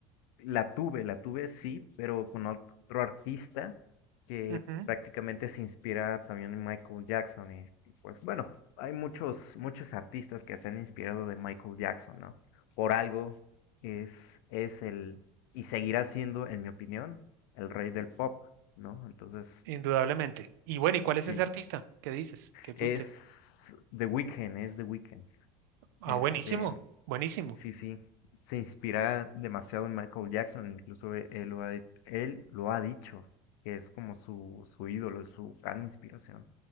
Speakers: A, on the left (about 70°); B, on the right (about 80°).
A: La tuve, la tuve sí, pero con ot- otro artista que
B: Ujú,
A: prácticamente se inspira también en Michael Jackson. Y, y pues bueno, hay muchos, muchos artistas que se han inspirado de Michael Jackson, ¿no? Por algo es, es el, y seguirá siendo, en mi opinión, el rey del pop, ¿no? Entonces,
B: indudablemente. Y bueno, ¿y cuál
A: sí,
B: es ese artista? ¿Qué dices? ¿Qué fuiste?
A: es The Weeknd, es The Weeknd.
B: Ah,
A: Este,
B: buenísimo, buenísimo.
A: Sí, sí, se inspira demasiado en Michael Jackson, incluso e- él, lo ha, di- él lo ha dicho, que es como su, su ídolo, su gran inspiración.